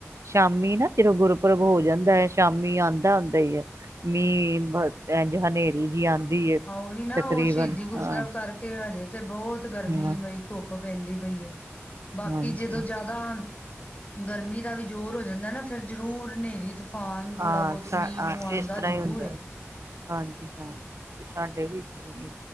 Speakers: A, on the right; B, on the left.
A: ਸ਼ਾਮੀ ਨਾ ਜਦੋਂ ਗੁਰਪੁਰਬ ਹੋ ਜਾਂਦੈ ਸ਼ਾਮੀ ਆਂਦਾ-ਆਂਦਾ ਈ ਐ। ਮੀਂਹ ਬ ਐਂਜ ਹਨੇਰੀ ਜੀ ਆਂਦੀ ਏ।
B: ਓਹੀ ਨਾ
A: ਤਕਰੀਬਨ
B: ਓ ਸ਼ਹੀਦੀ ਗੁਰਪ੍ਰਬ
A: ਹਾਂ
B: ਕਰਕੇ ਹਜੇ ਤੇ ਬੋਤ ਗਰਮੀ
A: ਹਾਂ
B: ਮਈ ਧੁੱਪ ਪੈਂਦੀ ਪਈ ਏ ਬਾਕੀ
A: ਹਾਂਜੀ।
B: ਜਦੋਂ ਜਾਦਾ ਗਰਮੀ ਦਾ ਵੀ ਜ਼ੋਰ ਹੋ ਜਾਂਦੈ ਨਾ ਫੇਰ ਜ਼ਰੂਰ ਹਨੇਰੀ ਤ ਫਾਨ ਥੋੜਾ
A: ਹਾਂ
B: ਬੋਤ
A: ਸਾ
B: ਮੀਂਹ-ਮੂਹ
A: ਆ
B: ਆਂਦਾ
A: ਇਸ ਤਰ੍ਹਾਂ
B: ਜ਼ਰੂਰ
A: ਹੀ ਹੁੰਦਾ
B: ਏ।
A: ਹਾਂਜੀ ਹਾਂ ਤੇ ਸਾਡੇ ਵੀ ਇਸ ਤਰਾਂ ਈ